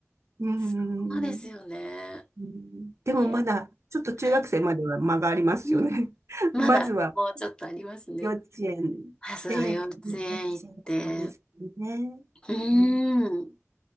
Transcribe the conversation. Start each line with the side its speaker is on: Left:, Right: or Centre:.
Right: うん。
Left: そうですよね。
Right: うんでもまだ、
Left: へえ、
Right: ちょっと中学生までは間がありますよね。
Left: はい。うんうんまだもうちょっとありますね。
Right: <laughs> まずは、幼稚園で、
Left: まずは幼稚園行って。
Right: そうですね。
Left: うーん。
Right: うん